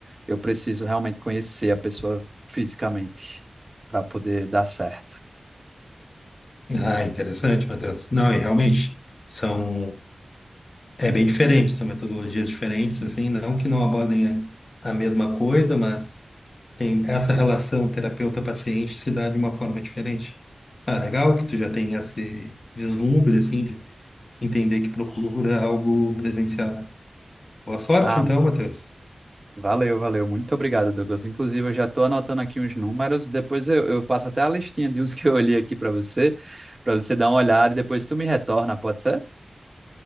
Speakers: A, on the right (about 35°); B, on the left (about 50°).
A: eu preciso realmente conhecer a pessoa fisicamente para poder dar certo.
B: Ah, interessante, Matheus. Não, e realmente, são É bem diferente, são metodologias diferentes, assim, não que não abordem a a mesma coisa, mas tem essa relação terapeuta-paciente se dá de uma forma diferente. Ah, legal que tu já tem esse vislumbre, assim, de entender que procura algo presencial. Boa sorte,
A: Ah,
B: então, Matheus.
A: Valeu, valeu. Muito obrigado, Douglas. Inclusive, eu já estou anotando aqui uns números. Depois eu, eu passo até a listinha de uns que eu olhei aqui para você, para você dar uma olhada e depois tu me retorna, pode ser?